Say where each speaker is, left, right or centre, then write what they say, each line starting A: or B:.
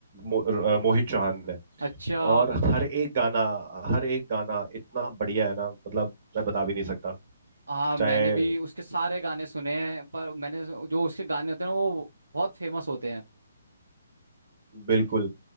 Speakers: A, on the right; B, on the right.
A: मो, अ, मोहित चौहान ने
B: अच्छा
A: और हर एक गाना हर एक गाना इतना बढ़िया है ना मतलब मैं बता भी नहीं सकता
B: हाँ मैंने
A: चाहे
B: भी उसके सारे गाने सुने हैं पर मैंने जो उसके गाने होते हैं ना वो बहुत फेमस होते हैं
A: बिल्कुल